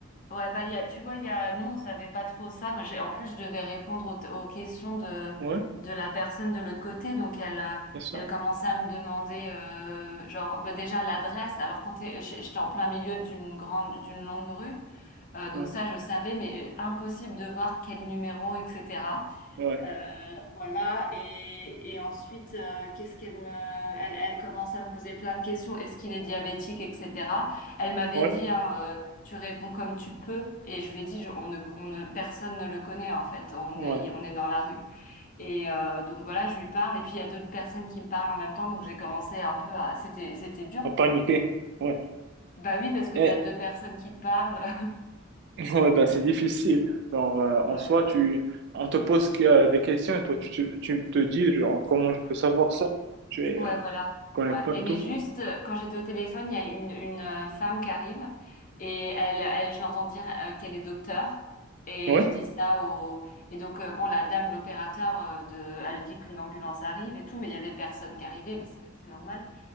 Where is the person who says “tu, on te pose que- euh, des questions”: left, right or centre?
Right